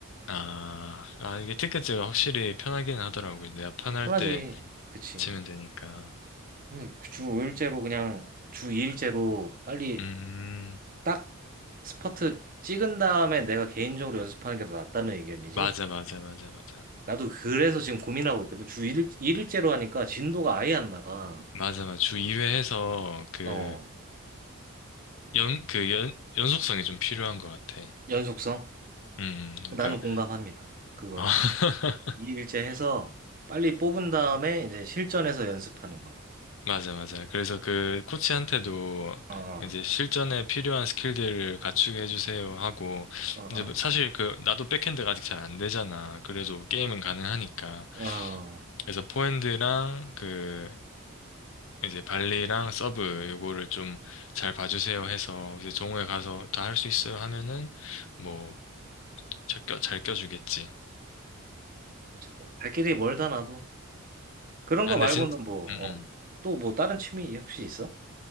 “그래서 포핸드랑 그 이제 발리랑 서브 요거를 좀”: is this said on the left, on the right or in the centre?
Left